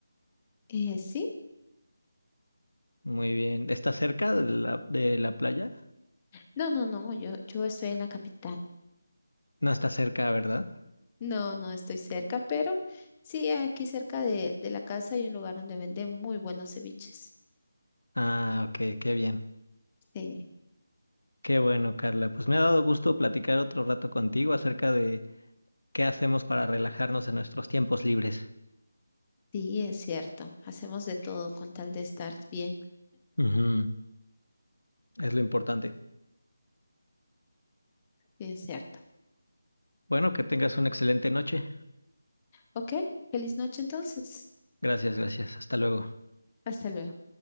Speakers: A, on the left; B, on the left.
A: Eh, sí.
B: Muy bien. ¿Estás cerca de la, de la playa?
A: No, no, no, yo, yo estoy en la capital.
B: No está cerca, ¿verdad?
A: No, no estoy cerca, pero sí, aquí cerca de, de la casa hay un lugar donde venden muy buenos ceviches.
B: Ah, ok, qué bien.
A: Sí,
B: Qué bueno, Carla. Pues me ha dado gusto platicar otro rato contigo acerca de qué hacemos para relajarnos en nuestros tiempos libres.
A: sí, es cierto. Hacemos de todo con tal de estar bien.
B: Ujú, Es lo importante.
A: Sí, es cierto.
B: Bueno, que tengas una excelente noche.
A: Ok, feliz noche entonces.
B: Gracias, gracias. Hasta luego.
A: Hasta luego.